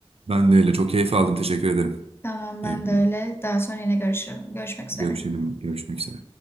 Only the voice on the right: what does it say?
ben de öyle çok keyif aldım teşekkür ederim.
Keyifli.
Görüşelim görüşmek üzere.